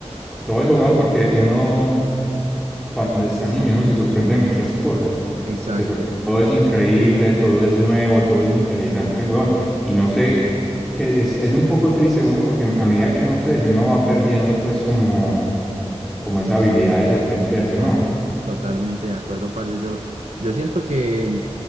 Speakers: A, in the centre; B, on the right.
A: todo eso, weón, porque uno, cuando está niño, uno se sorprende de muchas cosas.
B: Exacto.
A: Se sor- todo es increíble, todo es nuevo, todo es interesante, weón. Y no sé, que es, es un poco triste, weón, porque a medida que uno crece, uno va perdiendo, pues, como, como esa habilidad de sorprenderse,
B: Ah,
A: ¿no?
B: Totalmente de acuerdo, parce. Yo, yo siento que